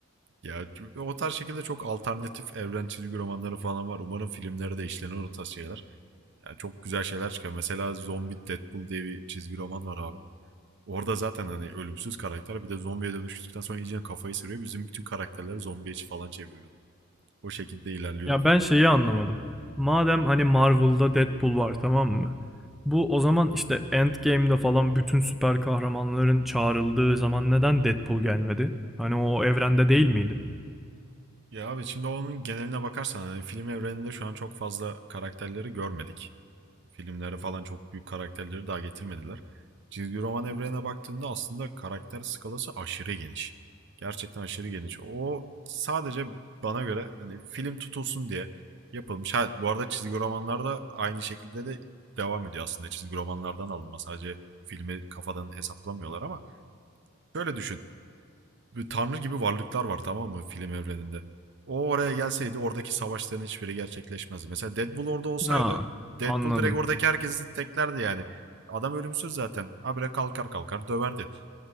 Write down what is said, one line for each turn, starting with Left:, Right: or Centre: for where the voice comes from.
Right: Ya o tarz şekilde çok alternatif evren çizgi romanları falan var. Umarım filmlere de işlenir o tarz şeyler. Yani çok güzel şeyler çıkar. Mesela Zombie Deadpool diye bir çizgi roman var abi. Orada zaten hani ölümsüz karakter bir de zombiye dönüştükten sonra iyice kafayı sürüyor. Bizim bütün karakterleri zombiye falan çeviriyordu. O şekilde ilerliyordu.
Centre: Ya ben şeyi anlamadım. Madem hani Marvel'da Deadpool var tamam mı? Bu o zaman işte Endgame'de falan bütün süper kahramanların çağrıldığı zaman neden Deadpool gelmedi? Hani o evrende değil miydi?
Right: Ya abi şimdi onun geneline bakarsan hani film evreninde şu an çok fazla karakterleri görmedik. Filmlere falan çok büyük karakterleri daha getirmediler. Çizgi roman evrenine baktığında aslında karakter skalası aşırı geniş. Gerçekten aşırı geniş. O sadece bana göre hani film tutulsun diye yapılmış. Ha, bu arada çizgi romanlarda aynı şekilde de devam ediyor aslında. Çizgi romanlardan alınma sadece filmi kafadan hesaplamıyorlar ama şöyle düşün bir tanrı gibi varlıklar var tamam mı film evreninde. O oraya gelseydi oradaki savaşların hiçbiri gerçekleşmezdi. Mesela Deadpool orada olsaydı
Centre: Ha,
Right: Deadpool
Centre: anladım.
Right: direkt oradaki herkesi teklerdi yani. Adam ölümsüz zaten. Habire kalkar kalkar döverdi.